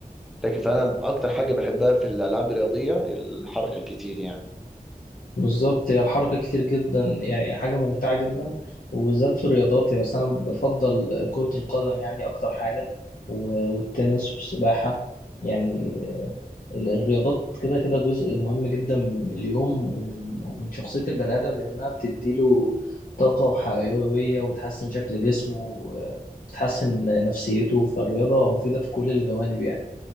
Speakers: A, in the centre; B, on the left (about 65°).
A: لكن فانا اكتر حاجه بحبها في الالعاب الرياضيه الحركه الكتير يعني
B: بالظبط هي الحركة كتير جدا يعني حاجة ممتعة جدا وبالذات في الرياضات يعني بس أنا بفضل كرة القدم يعني أكتر حاجة و- والتنس والسباحة يعني ال- الرياضات كده كده جزء مهم جدا من اليوم ومن ومن شخصية البني آدم لأنها بتديله طاقة وحيوية وبتحسن شكل جسمه وبتحسن نفسيته فالرياضة مفيدة في كل الجوانب يعني